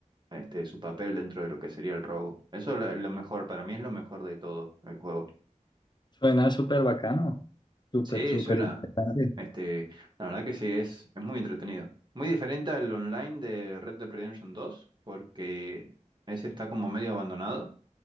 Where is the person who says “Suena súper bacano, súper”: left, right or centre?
Left